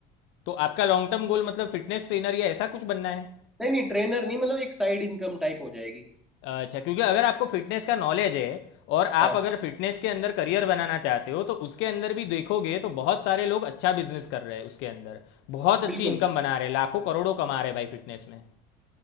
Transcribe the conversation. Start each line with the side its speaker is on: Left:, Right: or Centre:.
Left: तो आपका लॉन्ग टर्म गोल मतलब फिटनेस ट्रेनर या ऐसा कुछ बनना है
Centre: नहीं नहीं ट्रेनर नहीं मतलब एक साइड इनकम टाइप हो जाएगी
Left: अच्छा क्योंकि अगर आपको फिटनेस का नॉलेज है और आप
Centre: हाँ
Left: अगर फिटनेस के अंदर करियर बनाना चाहते हो तो उसके अंदर भी देखोगे तो बहुत सारे लोग अच्छा बिजनेस कर रहे हैं उसके अंदर बहुत अच्छी
Centre: बिल्कुल
Left: इनकम बना रहे हैं लाखों करोड़ों कमा रहे हैं भाई फिटनेस में